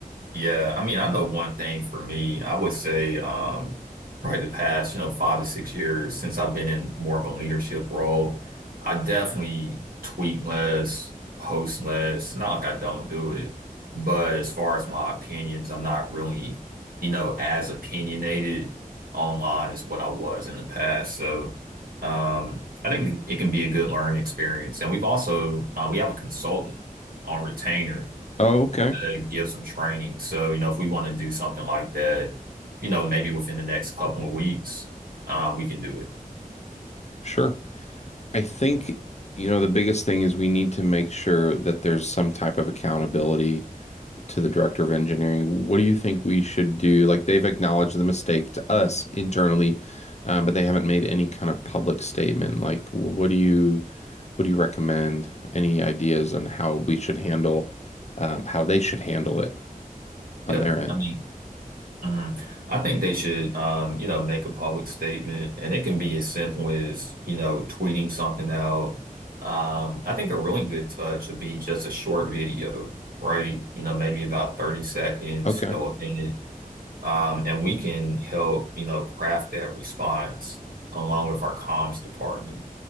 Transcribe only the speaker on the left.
Oh, okay.
Sure. I think, you know, the biggest thing is we need to make sure that there's some type of accountability to the director of engineering. What do you think we should do? Like they've acknowledged the mistake to us internally, um, but they haven't made any kind of public statement. Like, what do you what do you recommend? Any ideas on how we should handle, um, how they should handle it on
their end?
Okay.